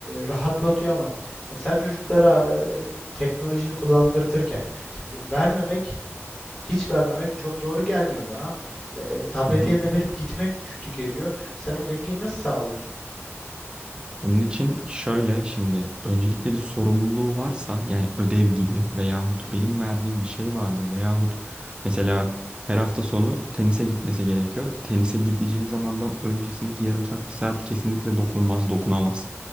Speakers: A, in the centre; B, on the right.
A: rahatlatıyor ama sen çocuklara e, teknolojiyi kullandırtırken şimdi vermemek hiç vermemek çok doğru gelmiyor bana. Ee, tableti
B: Hı hı.
A: eline verip gitmek kötü geliyor. Sen o dengeyi nasıl sağlıyorsun?
B: Onun için şöyle şimdi öncelikle bir sorumluluğu varsa yani ödev gibi veyahut
A: Hı hı,
B: benim verdiğim bir şey vardır veyahut mesela her hafta sonu tenise gitmesi gerekiyor. Tenise gideceği zamandan öncesindeki yarım saat bir saat kesinlikle dokunmaz, dokunamaz.